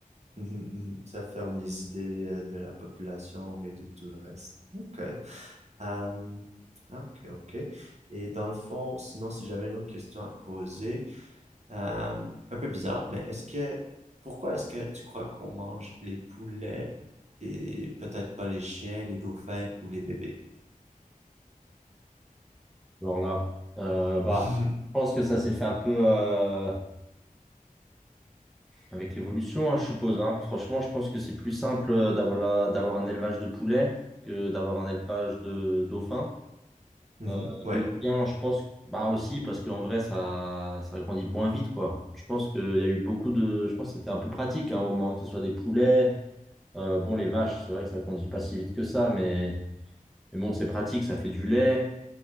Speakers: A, on the right (about 50°); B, in the centre.
A: -hmm. Ça ferme les idées euh, de la population et de tout le reste. Ok. Euh, ok, ok. Et dans le fond, sinon, si j'avais une autre question à te poser, euh, un peu bizarre, mais est-ce que, pourquoi est-ce que tu crois qu'on mange les poulets et peut-être pas les chiens, les dauphins ou les bébés?
B: Voilà. Euh, bah,
A: <laughs>
B: je pense que ça s'est fait un peu euh, avec l'évolution, hein, je suppose. hein. Franchement, je pense que c'est plus simple euh, d'avoir la- d'avoir un élevage de poulets que d'avoir un élevage de dauphins.
A: Mhm,
B: Euh,
A: ouais.
B: de chiens, je pense, bah aussi, parce qu'en vrai, ça, ça grandit moins vite, quoi. Je pense qu'il y a eu beaucoup de. Je pense que c'était un peu pratique hein, à un moment, hein, que ce soit des poulets. Euh, bon, les vaches, c'est vrai que ça grandit pas si vite que ça, mais, mais bon, c'est pratique, ça fait du lait.